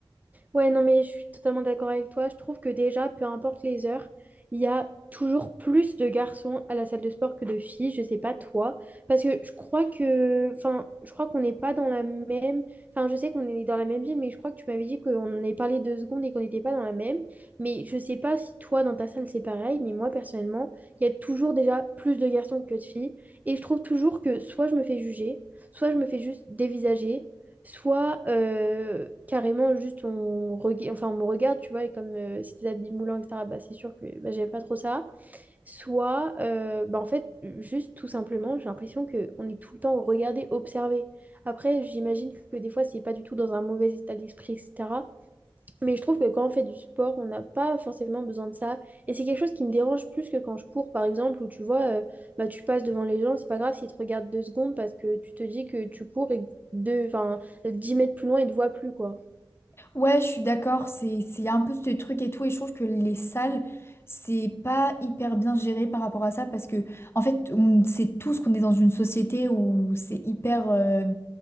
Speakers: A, on the right (about 20°); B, on the left (about 30°).
A: Ouais, non, mais je suis totalement d'accord avec toi. Je trouve que déjà, peu importe les heures, il y a toujours plus de garçons à la salle de sport que de filles. Je sais pas toi. Parce que je crois que. Enfin, je crois qu'on n'est pas dans la même. Enfin, je sais qu'on est dans la même ville, mais je crois que tu m'avais dit qu'on en avait parlé deux secondes et qu'on n'était pas dans la même. Mais je sais pas si toi, dans ta salle, c'est pareil. Mais moi, personnellement, il y a toujours déjà plus de garçons que de filles. Et je trouve toujours que soit je me fais juger, soit je me fais juste dévisager. Soit euh, carrément juste on, rega- enfin, on me regarde, tu vois, et comme euh, c'est des habits moulants, etc., bah, c'est sûr que bah, j'aime pas trop ça. Soit, euh, bah, en fait, juste tout simplement, j'ai l'impression qu'on est tout le temps regardé, observé. Après, j'imagine que des fois, c'est pas du tout dans un mauvais état d'esprit, etc. Mais je trouve que quand on fait du sport, on n'a pas forcément besoin de ça. Et c'est quelque chose qui me dérange plus que quand je cours, par exemple, où tu vois, euh, bah, tu passes devant les gens, c'est pas grave s'ils te regardent deux secondes parce que tu te dis que tu cours et que deux, enfin, 10 mètres plus loin, ils te voient plus, quoi.
B: Ouais, je suis d'accord, c'est c'est un peu ce truc et tout, et je trouve que les salles, c'est pas hyper bien géré par rapport à ça, parce que, en fait, on sait tous qu'on est dans une société où c'est hyper euh,